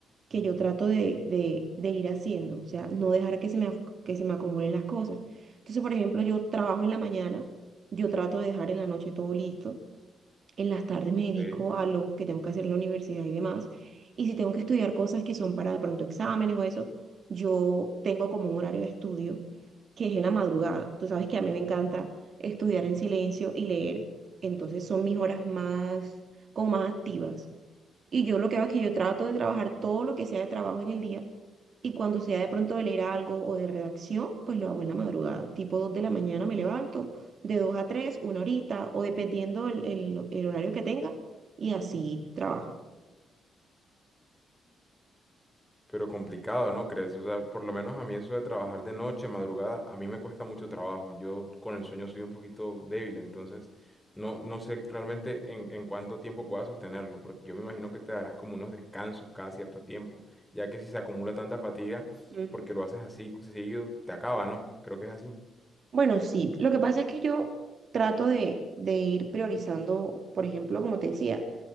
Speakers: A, on the right; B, in the centre.
A: que yo trato de, de- de ir haciendo, o sea, no dejar que se me, ac- que se me acumulen las cosas. Entonces, por ejemplo, yo trabajo en la mañana, yo trato de dejar en la noche todo listo en las tardes me
B: Ok.
A: dedico a lo que tengo que hacer en la universidad y demás. Y si tengo que estudiar cosas que son para de pronto exámenes o eso, yo tengo como un horario de estudio que es en la madrugada. Tú sabes que a mí me encanta estudiar en silencio y leer. Entonces son mis horas más, como más activas. Y yo lo que hago es que yo trato de trabajar todo lo que sea de trabajo en el día. Y cuando sea de pronto de leer algo o de redacción, pues lo hago en la madrugada. Tipo 2 de la mañana me levanto de 2 a 3 una horita, o dependiendo el, el- el horario que tenga, y así trabajo.
B: Pero complicado, ¿no crees? O sea, por lo menos a mí eso de trabajar de noche, madrugada, a mí me cuesta mucho trabajo. Yo con el sueño soy un poquito débil, entonces no, no sé realmente en, en cuánto tiempo pueda sostenerlo, porque yo me imagino que te darás como unos descansos cada cierto tiempo, ya que si se acumula tanta fatiga,
A: Ujú.
B: porque lo haces así seguido, te acaba, ¿no? Creo que es así.
A: Bueno, sí, lo que pasa es que yo trato de, de ir priorizando, por ejemplo, como te decía,